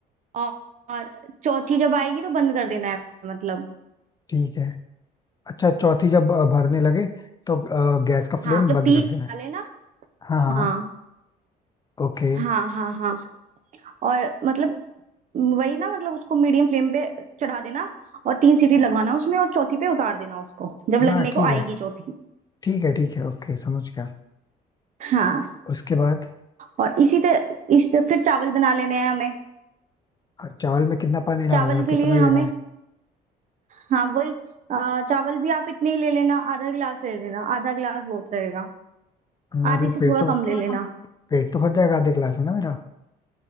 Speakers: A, on the right; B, on the left.
A: और, और चौथी जब आएगी तो बंद कर देना है मतलब
B: ठीक है अच्छा चौथी जब अ, भरने लगे तो अ, गैस का फ्लेम
A: हाँ मतलब
B: बंद
A: तीन
B: कर देना है
A: डाले ना
B: हाँ हाँ
A: हाँ
B: ओके
A: हाँ हाँ हाँ और मतलब वही ना मतलब उसको मीडियम फ्लेम पे चढ़ा देना और तीन सीटी लगवाना उसमें और चौथी पे उतार देना उसको जब लगने
B: हाँ
A: को
B: ठीक
A: आएगी
B: है
A: चौथी
B: ठीक है ठीक है ओके समझ गया
A: हाँ
B: उसके बाद
A: और इसी तरह इस फिर चावल बना लेने हैं हमें
B: अ, चावल में कितना पानी
A: चावल
B: डालना है
A: के
B: कितना
A: लिए
B: लेना
A: हमें
B: है
A: हाँ वही अ, चावल भी आप इतने ही ले लेना आधा गिलास ले लेना आधा गिलास बहुत रहेगा
B: अ, मतलब
A: आधे से
B: पेट
A: थोड़ा
B: तो
A: कम ले लेना
B: पेट तो भर जाएगा आधे गिलास में ना मेरा